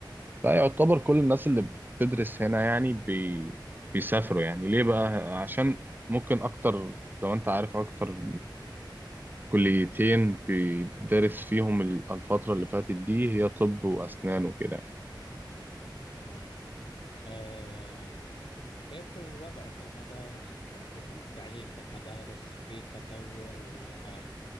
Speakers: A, on the right; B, on the left.
A: فيعتبر كل الناس اللي بتدرس هنا يعني بي... بيسافروا يعني ليه بقى عشان ممكن أكتر زي ما أنت عارف أكتر كليتين بيدرس فيهم الفترة اللي فاتت دي هي طب وأسنان وكده يعني.
B: تمام آه، كيف الوضع في المدارس؟ أنتم عندكم التعليم في المدارس في تطور ولا